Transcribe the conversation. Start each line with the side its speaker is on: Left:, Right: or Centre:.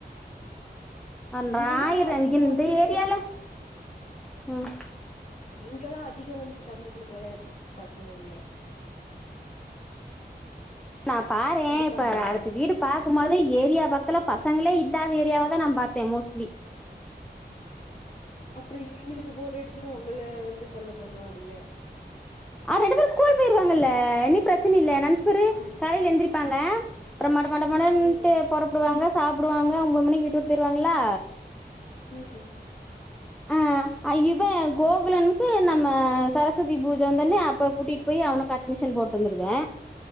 Centre: ஒன்ற
Left: இங்கெல்லா
Centre: ஆயிரம்
Left: அதிகோ
Centre: அங்க இந்த
Left: வந்து
Centre: ஏரியால உம்
Left: எங்கெல்லா அதிகோ வந்து தம்பிகளுக்கு விளையாடுறக்கு பசங்க இல்ல
Centre: நா பாறேன்
Left: இருக்காங்களா
Centre: இப்ப அடுத்த வீடு பார்க்கும் போது ஏரியா பக்கத்துல பச பசங்களே இல்லாத ஏரியாவ தான் நா பாார்பேன் மோஸ்ட்லி
Left: அப்புறம் இவங்களுக்கு போர் அடிச்சுட்டு உங்க வந்து தொல்லை பண்ணுவானுங்க
Centre: ஆ ரெண்டு பேரோ ஸ்கூல் போயிருவாங்கல்ல இனி பிரச்சன இல்ல நஞ்ச்பரு
Left: ஆம்
Centre: காலையில எந்திரிப் பாங்க அறம்மாட மடமட்டு
Left: ம்
Centre: புறப்படுவாங்க சாப்பிடுவாங்க ஒம்பது மண்ணிக்கு வீட்டுட்டு போயடுவாங்களா
Left: உம்
Centre: ஆஹ் இவன் கோகுலனுக்கு நம்ம சரஸ்வதி பூஜை தானே அப்ப கூட்டிட்டு போய் அவனுக்கு அட்மிஷன் போட்டு வந்துடுவேன்